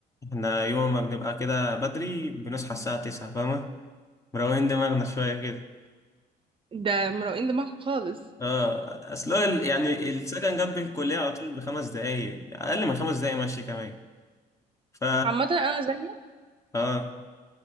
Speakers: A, on the left (about 15°); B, on the right (about 30°).
A: احنا يوم ما بنبقى كده بدري بنصحى الساعة تسعة فاهمة مروقين دماغنا شوية كده
B: ده مروقين دماغكم خالص
A: اه اصل هو ال- يعني السكن جنب الكلية على طول بخمس دقايق أقل من خمس دقايق مشي كمان ف
B: عامة انا زي
A: اه